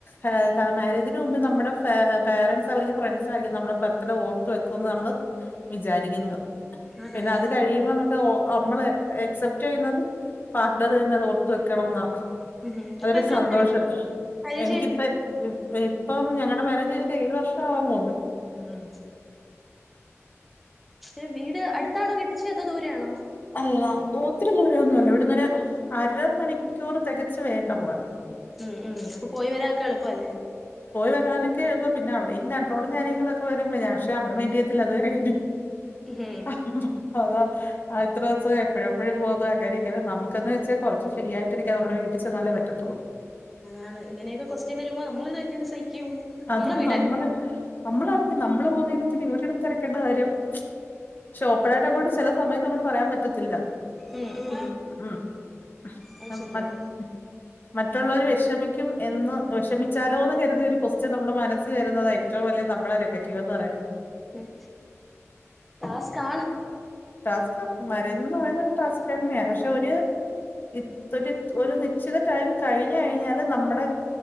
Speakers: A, on the left; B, in the centre.
A: അതായത് മാര്യേജിന് മുമ്പ് നമ്മുടെ പേ-പേരന്റെസ് അല്ലെങ്കിൽ ഫ്രണ്ട്സ് ആയിരിക്കും നമ്മളെ ബർത്ത്ഡേ ഓർത്ത് വെക്കുന്നത് നമ്മള് വിചാരിക്കുന്നു
B: അതാണ്.
A: പിന്നെ അത് കഴിയുമ്പോ നമുക്ക് നമ്മള് എക്സെപ്റ്റ് ചെയ്യുന്നത് പാർട്ട്ണർ തന്നെ അതോർത്ത് വെക്കണംന്നാ
B: ഉം ഉം
A: അതൊരു
B: ഇപ്പൊ എത്ര
A: സന്തോഷാ
B: കൊല്ലായി മാരേജ്
A: എനിക്കിപ്പ-
B: കഴിഞ്ഞിട്ട്?
A: ഉം- ഇപ്പം ഞങ്ങളുടെ മാര്യേജ് കഴിഞ്ഞിട്ട് ഏഴ് വർഷം ആവാൻ പോകുന്നു.
B: ഉം ഇ വീട് അടുത്താണോ കെട്ടിച്ചേ അതോ ദൂരെ ആണോ
A: അല്ല ഒത്തിരി ദൂരൊന്നുല്ല ഇവിട്ന്ന് ഒരു അരമണിക്കൂർ തികച്ച് വേണ്ട പോവാൻ.
B: ഉം ഉം അപ്പൊ പോയി വരാ ഒക്കെ എളുപ്പം അല്ലേ
A: പോയി വരാനൊക്കെ എളുപ്പാ പിന്നെ അവിടെയും കൺഡ്രോളും കാര്യങ്ങളൊക്കെ വരുമ്പം ഞാ പക്ഷേ ഞമ്മള് മെന്റ് ചെയ്യത്തില്ല അത് വേറെ കാര്യം
B: ഉം
A: അഹ ഹ ഹ അതാ ആഹ ഇത്രയും ദിവസം എപ്പയും എപ്പയും പോകാ അങ്ങനെയൊക്കെ നമുക്കന്ന് വെച്ചാൽ കുറച്ച് ഫ്രീ ആയിട്ട് ഇരിക്കാൻ നമ്മുടെ വീട്ടിൽ ചെന്നാലേ പറ്റത്തുള്ളൂ.
B: ആണ് ഇങ്ങനെയൊക്കെ കൊസ്റ്റ്യൻ വരുമ്പോ നമ്മള് ഇതെങ്ങനെ സഹിക്കും.
A: അതാ
B: നമ്മളെ വീടല്ലേ?
A: നമ്മള് നമ്മള് ആലോചിക്കാ നമ്മള് പോവുന്നതിന് ത്തിരി ഇവരിത് തെരക്കേണ്ട കാര്യം <unintelligible> ഓപ്പണയിട്ടങ്ങോട്ട് ചില സമയത്ത് അങ്ങോട്ട് പറയാൻ പറ്റത്തില്ല
B: ഉം ഉം
A: ഉം <unintelligible>
B: അത് ശരിയാ.
A: മറ്റുള്ളവര് വിഷമിക്കും എന്ന് വിഷമിച്ചാലോന്ന്‌ കരുതി ഒരു കൊസ് - ച്ച് നമ്മുടെ മനസ്സി വരുന്നതാ ഏറ്റവും വലിയ നമ്മളെ നെഗറ്റീവ് എന്ന് പറയുന്നത്.
B: ഉം ടാസ്ക്കാണ്
A: ടാസ്കാ മാരേജ്ന്ന് പറയുന്നത് ഒരു ടാസ്ക് തന്നെയാ പക്ഷെ ഒരു ഇ ഒരു -ഒരു നിശ്ചിത ടൈം കഴിഞ്ഞു കഴിഞ്ഞാല് നമ്മുടെ